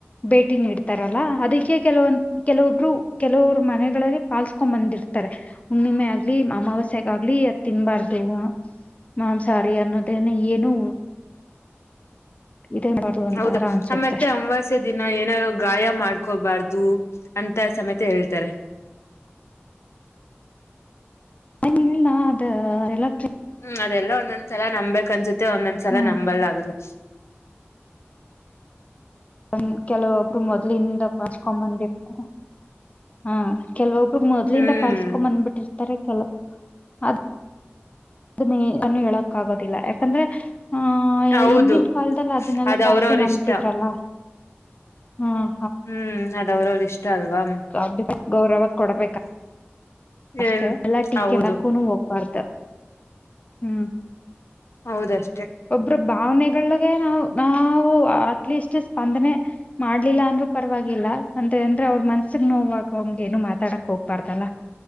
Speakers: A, on the left (about 30°); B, on the left (about 80°).
A: ಭೇಟಿ ನೀಡ್ತಾರಲ್ಲಾ ಅದಕ್ಕೆ ಕೆಲವೊ ಕೆಲವೊಬ್ರು ಕೆಲವರು ಮನೆಗಳಲ್ಲಿ ಪಾಲ್ಸ್ಕೊಂಡ್ ಬಂದಿರ್ತಾರೆ ಹುಣ್ಣಿಮೆ ಆಗ್ಲಿ ಅಮಾವಾಸ್ಯಗಾಗ್ಲಿ ತಿನ್ಬಾರ್ದು ನನ್ ಸಾರಿ ಅನ್ನೋದನ್ನು ಏನು ಇದೇ ಮಾಡಬಾರ್ದು ಅಂತಾರ
B: ಹೌದಾ
A: ಅನ್ಸುತ್ತೆ
B: ನತ್ತೆ ಅಮವಾಸ್ಯ ದಿನ ಏನಾದ ಗಾಯ ಮಾಡ್ಕೋಬಾರ್ದು ಅಂತ ಸಮೇತ ಹೇಳ್ತಾರೆ
A: ಏ ಇಲ್ಲ ಅದ ಎಟ್ರ
B: ಹ ಅದೆಲ್ಲ ಒಂದ ಒಂದ್ ಸಲ ನಂಬ್ಬೇಕಕ್ ಅನ್ಸುತ್ತೆ ಒಂದೊಂದ್ಲ
A: ಹ್ಮ್
B: ನಂಬಲ್ ಆಗದು <inaudible>
A: ಒಂದ ಕೆಲವೊಬ್ರು ಮೊದ್ಲಿಂದ ಪಲ್ಸ್ಕೊ ಬಂದಿರ್ತಾರೆ ಹಾ ಕೆಲವೊಬ್ರು ಮೊದ್ಲಿಂದ
B: ಹ್ಮ್
A: ಪಲ್ಸ್ಕೊ ಬಂದ್ಬಿಟ್ಟಿರ್ತಾರೆ ಕೆಲ ಅದ ಅದನ್ನೇ ಅನ್ನು ಹೇಳಕ್ ಆಗೋದಿಲ್ಲ ಯಾಕಂದ್ರೆ ಹ
B: ಹೌದು
A: ಹಿಂದಿನ ಕಾಲದಲ್ಲಿ ಅದನ್ನೆಲ್ಲಾ
B: ಅದ್
A: ಜಾಸ್ತಿ
B: ಅವ್ರವ್ರ
A: ನಂಬ್ತಿದ್ರಲ್ಲ
B: ಇಷ್ಟ
A: ಹ್ಮ್
B: ಹ್ಮ್ ಅದ ಅವ್ರ ಅವ್ರ ಇಷ್ಟ ಅಲ್ವಾ
A: ಅ ಗೌರವ ಕೊಡ್ಬೇಕ ಅಷ್ಟೆ
B: ಏನ್
A: ಎಲ್ಲಾ ಟೀಕೆ
B: ಹೌದು
A: ಮಕ್ಕುನು ಹೋಗ್ಬಾರ್ದು ಹ್ಮ್
B: ಹೌದಷ್ಟೇ
A: ಒಬ್ರು ಭಾವನೆ ಗೆ ನಾವ್ ನಾವು ಅಟ್ಲೀಸ್ಟ್ ಸ್ಪಂದನೆ ಮಾಡ್ಲಿಲ್ಲ ಅಂದ್ರರು ಪರವಾಗಿಲ್ಲ ಅಂತ ಅಂದ್ರೆ ಅವ್ರ ಮನ್ಸಗ್ ನೋವಾಗ ಅವಮ್ಗೆ ಏನು ಮಾತಾಡಕ್ ಹೋಗ್ಬಾರ್ದಲ್ಲ